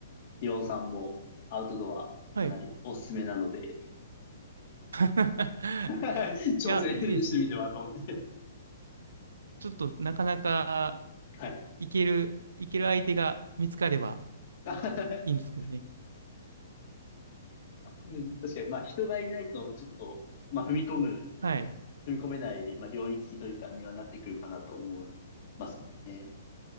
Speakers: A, on the left (about 50°); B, on the right (about 70°).
A: 岩尾さんもアウトドアかなりおすすめなので、
B: はい。<laughs>
A: <laughs> 挑戦してみてはと思って。
B: いや、いいですね。ちょっとなかなか
A: はい。
B: いける、いける相手が見つかれば
A: <laughs>
B: いいんですけどね。
A: うん確かに、まあ人がいないとちょっと、まあ踏み込む、
B: はい。
A: 踏み込めない、まあ領域というかにはなってくるかなと思いますね。